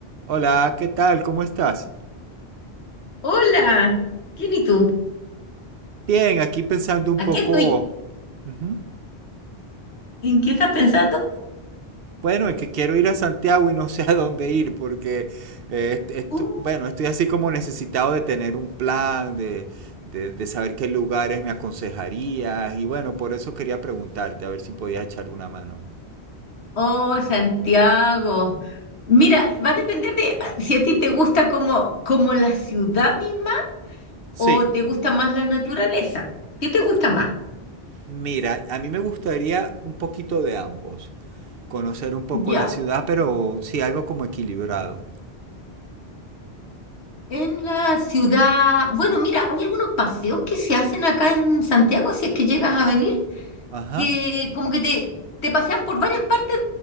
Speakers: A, on the right; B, on the left.
A: Hola, ¿qué tal? ¿Cómo estás?
B: Hola, ¿quién y tú?
A: Bien, aquí pensando un
B: Aquí
A: poco...
B: estoy.
A: Ujú.
B: ¿En qué estás pensando?
A: Bueno, es que quiero ir a Santiago y no sé a dónde ir porque, eh, est-
B: Uh,
A: estu- bueno, estoy así como necesitado de tener un plan, de, de, de saber qué lugares me aconsejarías y bueno, por eso quería preguntarte, a ver si podías echarle una mano.
B: oh, Santiago. Mira, va a depender de ah, si a ti te gusta como, como la ciudad misma
A: Sí,
B: o te gusta más la naturaleza. ¿Qué te gusta
A: M-
B: más?
A: Mira, a mí me gustaría un poquito de ambos, conocer un poco
B: Ya.
A: la ciudad, pero sí algo como equilibrado.
B: En la ciudad, bueno, mira, hay algunos paseos que se hacen acá en Santiago si es que llegas a venir.
A: Ajá.
B: que como que te, te pasean por varias partes